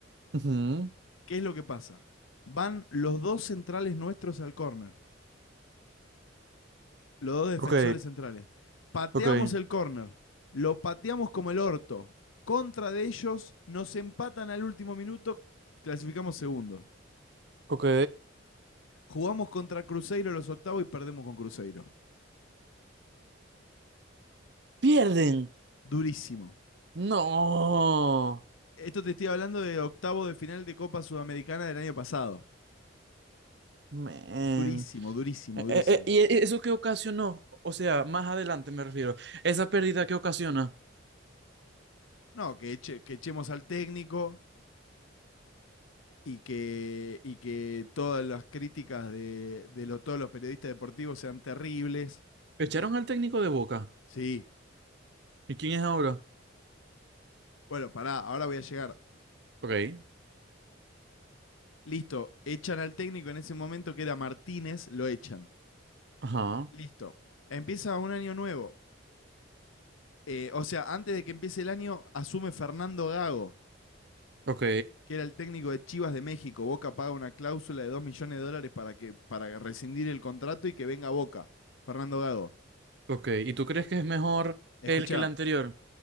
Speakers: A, on the right; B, on the left.
A: ujú.
B: ¿Qué es lo que pasa? Van los dos centrales nuestros al córner. los dos defensores
A: Ok,
B: centrales. Pateamos
A: ok,
B: el córner, lo pateamos como el orto. Contra de ellos, nos empatan al último minuto, clasificamos segundo.
A: ok.
B: Jugamos contra Cruzeiro los octavos y perdemos con Cruzeiro.
A: ¡Pierden!
B: Durísimo.
A: ¡No!
B: Esto te estoy hablando de octavo de final de Copa Sudamericana del año pasado.
A: Man.
B: Durísimo, durísimo,
A: Eh,
B: durísimo.
A: eh, eh, ¿y e- eso qué ocasionó? O sea, más adelante me refiero. ¿Esa pérdida qué ocasiona?
B: No, que, eche- que echemos al técnico y que, y que todas las críticas de, de lo- todos los periodistas deportivos sean terribles.
A: Echaron al técnico de Boca.
B: Sí,
A: ¿Y quién es ahora?
B: Bueno, pará, ahora voy a llegar.
A: Ok,
B: Listo, echan al técnico en ese momento que era Martínez, lo echan.
A: ajá,
B: Listo. Empieza un año nuevo. Eh, o sea, antes de que empiece el año, asume Fernando Gago,
A: ok,
B: que era el técnico de Chivas de México. Boca paga una cláusula de 2 millones de dólares para, que, para rescindir el contrato y que venga Boca. Fernando Gago.
A: ok. ¿Y tú crees que es mejor
B: Escuchá,
A: él que el anterior?